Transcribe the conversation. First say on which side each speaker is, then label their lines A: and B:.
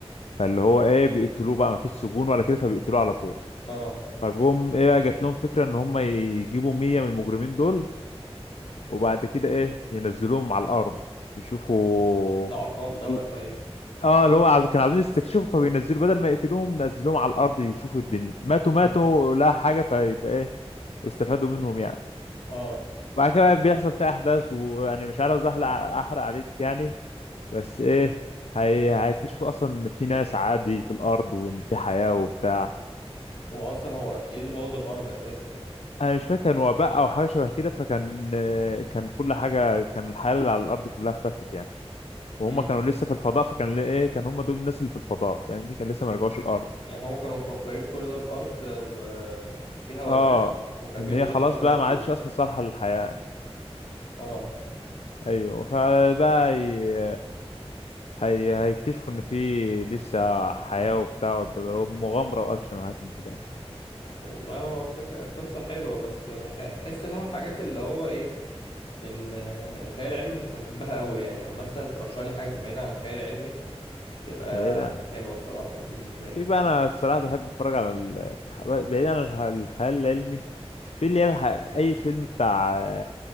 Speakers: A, on the left; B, on the left.
A: فاللي هو ايه بيقتلوه بقى ما فيش سجون ولا كده فبيقتلوه على طول
B: اه
A: فجم ايه بقى جات لهم فكرة ان هم يجيبوا 100 من المجرمين دول وبعد كده ايه ينزلوهم على الارض يشوفوا
B: ده عقاب
A: يشوف
B: ده ولا ايه
A: اه اللي هو عاوز... كان عاوزين يستكشفوا فبينزلوا بدل ما يقتلوهم نزلوهم على الارض يشوفوا الدنيا ماتوا
B: امم
A: ماتوا لا حاجة فيبقى ايه استفادوا منهم يعني
B: اه
A: بعد كده بقى بيحصل في احداث ويعني مش عاوز احرق احرق عليك يعني بس ايه هي... هيكتشفوا اصلا ان في ناس عادي في الارض وان في حياة وبتاع
B: هو اصلا هو ايه اللي بوظ الارض اساسا
A: انا مش فاكر كان وباء او حاجه شبه كده فكان آه، كان كل حاجه كان الحياه اللي على الارض كلها اختفت يعني وهم
B: امم
A: كانوا لسه في الفضاء فكان ل- ايه كان هم دول الناس اللي في الفضاء فاهمني كان لسه ما رجعوش الارض
B: يعني هم كانوا مفكرين كل ده الارض آه، فيها وباء
A: اه
B: وخايفين
A: ان هي
B: ينزلوا
A: خلاص
B: عشان ما
A: بقى
B: يموتوش
A: ما عادش
B: يعني
A: اصلا صالحه للحياه
B: اه
A: ايوه فبقى هي... هي... هيكتشفوا ان في لسه حياه وبتاع وب- ومغامره واكشن وحاجات من كده
B: طب والله هو فكرة قصة حلوة بس مح- بحس اللي هو حاجات اللي هو ايه ال- الخيال العلمي مش بحبها قوي يعني او مثلا ترشح لي حاجة بعيدة عن الخيال العلمي تبقى
A: بعيدا
B: هتبقى حلوة الصراحة يعني بالنسبة
A: في
B: لي
A: بقى انا الصراحه بحب اتفرج على ال... بعيدا عن الخ- الخيال العلمي في اللي هي الح- اي فيلم بتاع